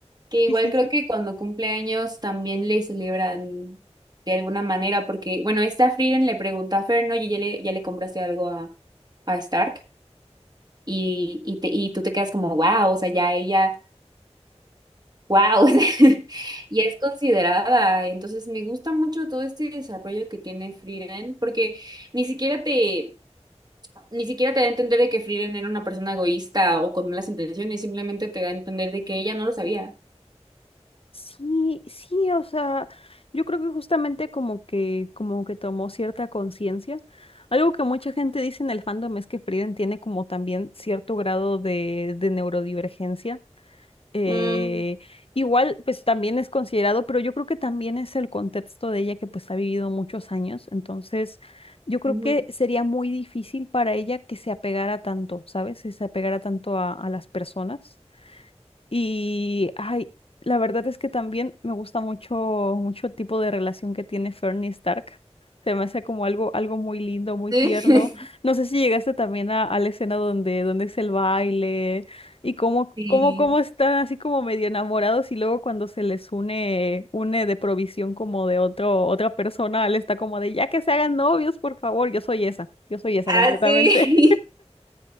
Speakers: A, on the right; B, on the left.
A: que igual
B: Sí, sí,
A: creo
B: sí.
A: que cuando cumple años también le celebran de alguna manera, porque bueno, esta Frieden le pregunta a Fern, ¿no? Y ya le, ya le compraste algo a, a Stark y, y, te- y tú te quedas como, wow, o sea, ya ella, wow, <laughs> ya es considerada. Entonces me gusta mucho todo este desarrollo que tiene Frieren, porque ni siquiera te, ni siquiera te da a entender de que Frieren era una persona egoísta o con malas intenciones, simplemente te da a entender de que ella no lo sabía.
B: Sí, sí, o sea, yo creo que justamente como que, como que tomó cierta conciencia. Algo que mucha gente dice en el fandom es que Frieren tiene como también cierto grado de, de neurodivergencia. Eh,
A: Mm,
B: igual, pues también es considerado, pero yo creo que también es el contexto de ella que pues ha vivido muchos años. Entonces, yo creo
A: ujú.
B: que sería muy difícil para ella que se apegara tanto, ¿sabes? Que se apegara tanto a, a las personas. Y, ay, la verdad es que también me gusta mucho, mucho el tipo de relación que tiene Fernie Stark. Se me hace como algo, algo muy lindo, muy
A: Sí.
B: tierno.
A: <laughs>
B: No sé si llegaste también a, a la escena donde, donde es el baile y cómo,
A: Sí.
B: cómo, cómo están así como medio enamorados y luego cuando se les une, une de provisión como de otro, otra persona, él está como de, ya que se hagan novios, por favor, yo soy esa, yo soy esa
A: Ah,
B: completamente.
A: sí. <laughs>